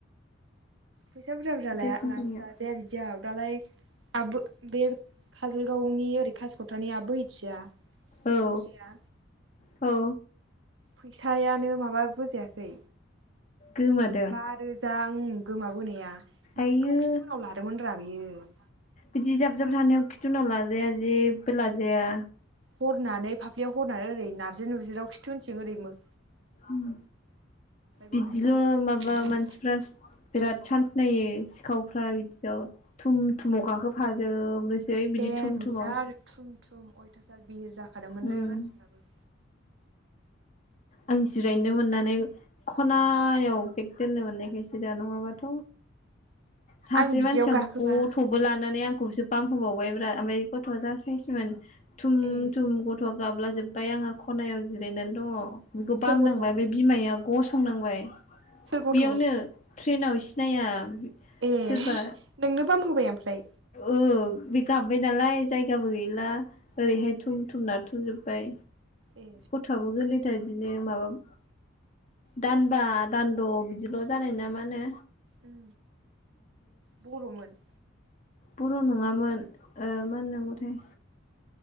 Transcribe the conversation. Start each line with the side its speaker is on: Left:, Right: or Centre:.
Right: फैसा बुरजा बुरजा लाया
Left: पेसेन्ट फोरनिया
Right: जाजाया बिदिआव दालाय आ बे काजलगावनि ओरै कासकट्रानि आ बोहैथिया
Left: औ
Right: सासेया
Left: औ
Right: फैसायानो माबा बोजायाखै
Left: गोमादों
Right: बा रोजा ओं गोमाबोनाया
Left: आइयो
Right: बेखौ खिथुनाव लादोंमोन रा होयो।
Left: बिदि जाब जाब थानायाव खि जोंनाव लाजाया जेबो लाजाया।
Right: हरनानै फाफ बेयाव हरनानै ओरै नारजि नुरजिराव खिथु उनथिं ओरै मो
Left: उम
Right: बावनो
Left: बिदिल'
Right: खावनानै
Left: माबा मानसिफोरास बिराद सान्स नायो सिखावफ्रा बिदियाव थुम थुमाव गाखोफाजोब नोस सै बिदि
Right: देनजार
Left: थुम थुमाव
Right: थुम थुम अयथासार बि जा खादोमोनलै
Left: उम
Right: मानसिफ्राबो
Left: आं जिरायनो मोननानै खनायाव बेग दोननो मोननायखायसो दा नङाबा थ सासे
Right: आं बिदियाव
Left: मानसिया
Right: गाखोबा
Left: गथ'बो लानानै आंखौसोब बाम होबावबायब्रा ओमफाय गथ'आ जा सायेसमोन। थुम
Right: ए
Left: थुम गथ' गाब्लाजोब्बाय आंहा खनायाव जिरायनानै दङ। बेखौ बामनांबाय
Right: सोर गथ'
Left: ओमफाय बिमायाब गसंनांबाय
Right: सोर गथ'?
Left: बेयावनो ट्रेनाव सिनाया
Right: ए
Left: सोरबा
Right: नोंनो बाम होबाय ओमफ्राय
Left: औ बे गाबबाय नालाय जायगाबो गैला। ओरैहाय थुम थुम नारथुमजोबबाय।
Right: ए
Left: गथ'आबो गोलै दिनो माबाब दानबा
Right: सोर सोरबा
Left: दानद' बिदिल' जानाय नाब? मानो
Right: उम बर'मोन?
Left: बर' नङामोन। ओ मा
Right: ए
Left: होननांगौथाय?